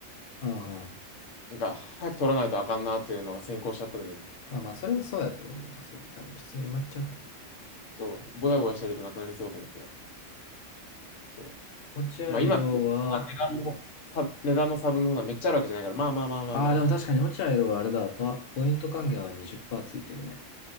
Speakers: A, on the left (about 50°); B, on the left (about 75°).
A: うんうん。
B: なんか早く取らないとあかんなっていうのが先行しちゃったんで、
A: あ、まあ、それはそうやと思う。普通に、多分、普通に埋まっちゃうからね。
B: そう、ぼやぼやしてるとなくなりそうと思って。そ
A: 落合色は、
B: うまあ今、まあ値段の差、さ値段の差分もそんなめっちゃあるわけじゃないから、まあまあまあまあまあまあまあ。
A: ああ、でも確かに落合色はあれだ、パ、ポイント還元は20%ついてるね。